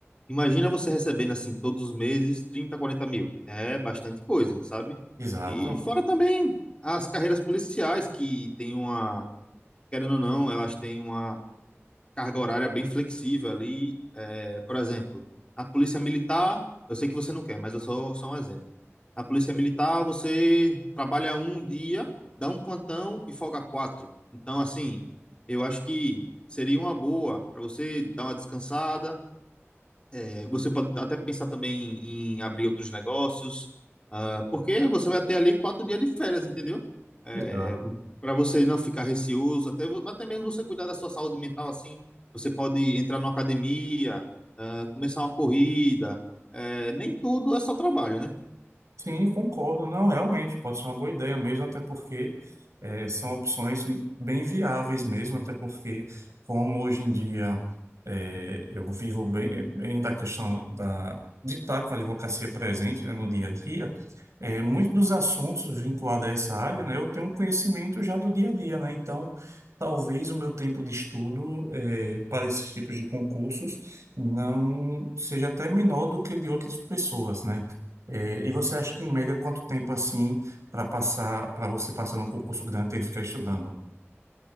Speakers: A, on the left; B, on the right.
A: imagina você recebendo, assim, todos os meses, 30 40 mil. É bastante coisa, sabe?
B: Exato,
A: E fora também as carreiras policiais, que tem uma, querendo ou não, elas têm uma carga horária bem flexível ali. É, por exemplo, a polícia militar, eu sei que você não quer, mas eu sou só um exemplo. A polícia militar, você trabalha um dia, dá um plantão e folga quatro. Então, assim, eu acho que seria uma boa para você dar uma descansada. É, Você pode até pensar também em abrir outros negócios, ah, porque você vai ter ali quatro dias de férias, entendeu? É,
B: exato.
A: para você não ficar receoso, até, vo- até mesmo você cuidar da sua saúde mental assim. Você pode entrar numa academia, ah, começar uma corrida. Eh, nem tudo é só trabalho, né?
B: Sim, concordo. Não, realmente, pode ser uma boa ideia mesmo, até porque eh, são opções bem viáveis mesmo, até porque, como hoje em dia eh, eu vivo bem, bem da questão da, de estar com a advocacia presente né, no dia a dia, eh, muitos dos assuntos vinculados a essa área, né, eu tenho um conhecimento já do dia a dia, né? Então, talvez o meu tempo de estudo eh, para esses tipos de concursos não seja até menor do que de outras pessoas, né? É, e você acha que, em média, quanto tempo assim para passar, para você passar num concurso grande ter que ficar estudando?